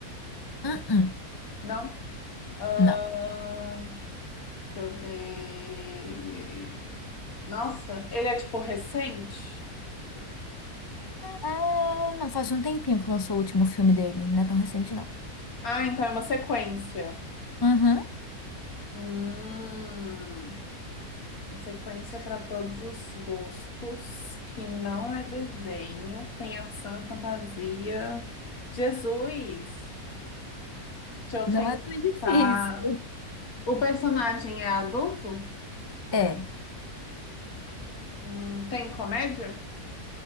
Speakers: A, on the left; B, on the left.
A: Uh-uh.
B: Não. Ahn,
A: Não.
B: deixa eu ver. Nossa, ele é tipo recente?
A: Ah, não faz um tempinho que lançou o último filme dele. Não é tão recente, não.
B: Ah, então é uma sequência.
A: Uhum.
B: Hum, uma sequência para todos os gostos, que não é desenho, tem ação e fantasia. Jesus! Deixa eu
A: Não
B: pensar.
A: é tão difícil.
B: O personagem é adulto?
A: É.
B: Hum, tem comédia?